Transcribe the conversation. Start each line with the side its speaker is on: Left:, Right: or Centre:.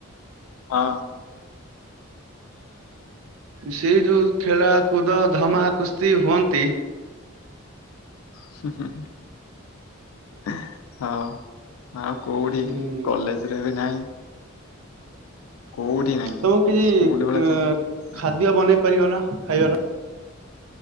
Left: ଅଁ
Right: ସେ ଯୋଉ ଖେଳା କୁଦ ଧମା କୁସ୍ତି ହୁଅନ୍ତି।
Left: ହୁଁ ହୁଁ ହୁଁ। ଆହାଁ ହଁ ଆଉ କୋଉଠି
Right: ଉଁ
Left: କଲେଜ୍ ରେ ବି ନାହିଁ। କୋଉଠି ନାହିଁ
Right: ତମକି
Left: ସ୍କୁଲ
Right: ଏଁ-ଖାଦ୍ୟ
Left: ବେଳେ ଛାଡିଦେଲେ
Right: ବନେଇ ପାରିବ ନାଁ ଖାଇବାର?